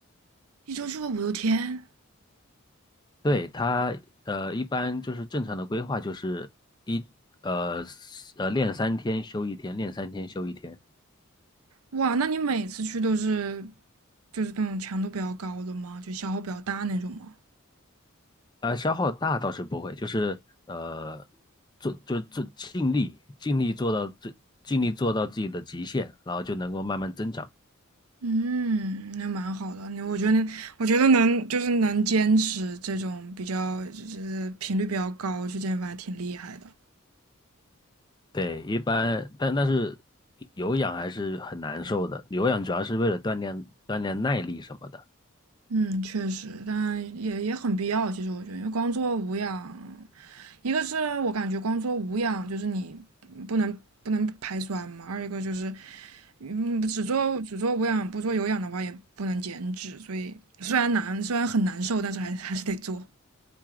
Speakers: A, on the right (about 85°); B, on the left (about 20°).
A: 一周去个五六天，
B: 对，他呃，一般就是正常的规划就是一呃呃练三天休一天，练三天休一天。
A: 哇，那你每次去都是就是那种强度比较高的吗？就消耗比较大那种吗？
B: 呃，消耗大倒是不会，就是呃做就做尽力尽力做到最尽力做到自己的极限，然后就能够慢慢增长。
A: 嗯，那蛮好的。你我觉得你，我觉得能就是能坚持这种比较就是频率比较高去健身房，还挺厉害的。
B: 对，一般但但是有氧还是很难受的，有氧主要是为了锻炼锻炼耐力什么的，
A: 嗯，确实，但也也很必要。其实我觉得，因为光做无氧，一个是我感觉光做无氧就是你不能不能排酸嘛，二一个就是嗯只做只做无氧不做有氧的话也不能减脂，所以虽然难虽然很难受，但是还还是得做。